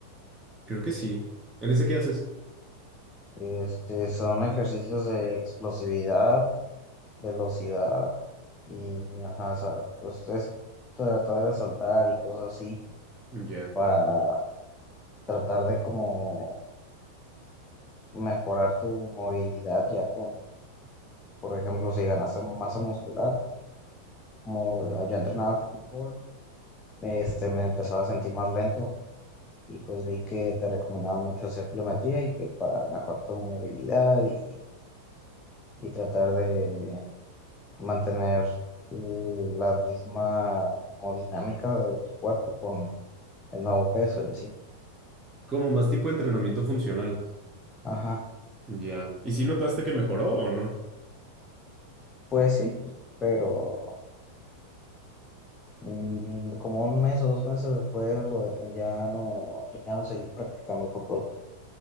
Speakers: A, on the right; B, on the left.
A: Creo que sí. ¿En ese qué haces?
B: Este, son ejercicios de explosividad, velocidad y, ajá, o sea, pues es tratar de saltar y cosas así
A: Ya.
B: para tratar de como mejorar tu movilidad ya con Por ejemplo, si ganase masa muscular, como yo entrenaba fútbol, este, me empezaba a sentir más lento y pues vi que te recomendaban mucho hacer pliometría y que para mejorar tu movilidad y, y tratar de mantener la misma como dinámica de tu cuerpo con el nuevo peso y así.
A: Como más tipo de entrenamiento funcional.
B: Ajá,
A: Ya. ¿Y si notaste que mejoró o no?
B: pues sí, pero mm, como un mes o dos meses después lo, de- ya no, ya no seguí practicando fútbol.